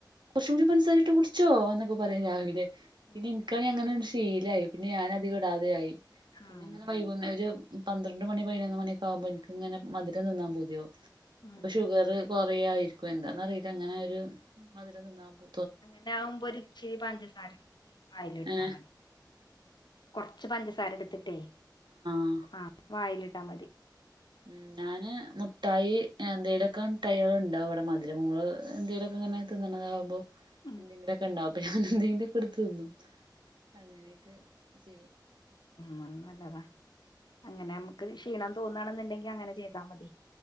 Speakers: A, on the right; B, on the left.
A: കൊറ്ചൂടി പന്സാരിട്ട് കുടിച്ചോ എന്നൊക്ക പറയും <unintelligible> പിന്നെ
B: ആഹ്
A: ഇന്ക്കാണി അങ്ങനെ ശീലായി പിന്നെ ഞാൻ അതികടാതായി പിന്നെ
B: ആഹ്
A: ഇങ്ങനെ വൈകുന്ന ഒരു പന്ത്രണ്ട് മണി പതിനൊന്ന് മണിയൊക്കെ ആകുമ്പോൾ ഇന്ക്ക്ങ്ങനെ മധുരം തിന്നാൻ പൂതിയാവും
B: ഉം
A: അപ്പൊ ഷുഗർ കൊറയായിരിക്കും എന്താന്നറിയില്ല അങ്ങനെ ഒരു മധുരം തിന്നാൻ പു
B: അങ്ങനെ ആകുമ്പോ ഒരു ഇച്ചിരി പഞ്ചസാരടുക്കട്ടെ വായില് ഇട്ടാ
A: ഏഹ്
B: മതി കൊറ്ച്ച് പഞ്ചസാര എടുത്തിട്ടേ
A: ആ
B: ആഹ് വായിലിട്ടാ മതി
A: ഉ ഞാന് മുട്ടായി എന്തോലൊക്കെ ടയ്യർണ്ടാവും അവിടെ മധുരമോള് എന്തോലൊക്കെ ഇങ്ങനെ തിന്ന്ണതാകുമ്പോ
B: ഉം
A: എന്തെങ്കിലുമൊക്കെ ഉണ്ടാവുംപ്പൊ ഞാന് എന്തെങ്കിലൊക്കെ എടുത്ത് തിന്നും അങ്ങനെയൊക്കെ ചെയ്യും
B: ഉ നല്ലതാ അങ്ങനെ നമുക്ക് ക്ഷീണം തോന്നാണെന്നുണ്ടെങ്കി അങ്ങനെ ചെയ്താ മതി